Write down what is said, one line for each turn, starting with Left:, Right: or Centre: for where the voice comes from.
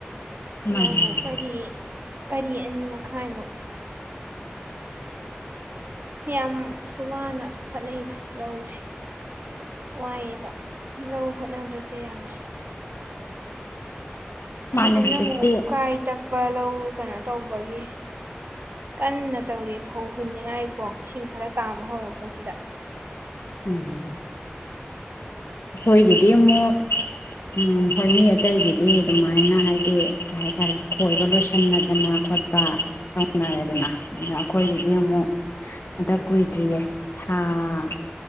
Left: ꯃꯥꯅꯦ
Right: ꯂ ꯐꯔꯤꯦ ꯄꯔꯤ ꯑꯅꯤ ꯃꯈꯥꯏꯃꯨꯛ ꯌꯥꯝꯁꯨ ꯋꯥꯅ ꯍꯣꯠꯅꯩꯗ ꯂꯧꯁꯤꯦ ꯋꯥꯏꯌꯦ ꯂꯣꯠꯂꯗ꯭ꯔ ꯖꯦꯗꯦ
Left: ꯃꯥꯅꯦ
Right: ꯍꯧꯖꯤꯛꯅ
Left: ꯍꯧꯖꯤꯛꯇꯤ
Right: ꯑꯃꯨꯛ ꯀꯥꯏ ꯇꯛ ꯑꯛꯄ ꯂꯧ ꯀꯩꯅꯣ ꯇꯧꯕꯒꯤ ꯀꯟꯅ ꯇꯧꯔꯤ ꯐꯧ ꯍꯨꯟꯅꯤꯉꯥꯏꯀꯣ ꯏꯁꯤꯡ ꯈꯔ ꯇꯥꯕ ꯍꯧꯔꯛꯄꯁꯤꯗ
Left: ꯎꯝ ꯑꯩꯈꯣꯏꯒꯤꯗꯤ ꯑꯃꯨꯛ ꯎꯝ ꯍꯣꯏ ꯃꯤ ꯑꯇꯩꯒꯤꯗꯤ ꯑꯗꯨꯃꯥꯏꯅ ꯍꯥꯏꯗꯤ ꯀꯩ ꯍꯥꯏꯇꯥꯔꯦ ꯈꯣꯏꯕ ꯂꯣꯏꯁꯤꯟꯅꯗꯅ ꯈꯣꯠꯄ ꯇꯧꯅꯔꯦꯗꯅ ꯑ ꯀꯣꯏꯒꯤꯗꯤꯃꯣ ꯑꯗ ꯀꯣꯏꯗ꯭ꯔꯤꯌꯦ ꯍꯥꯥ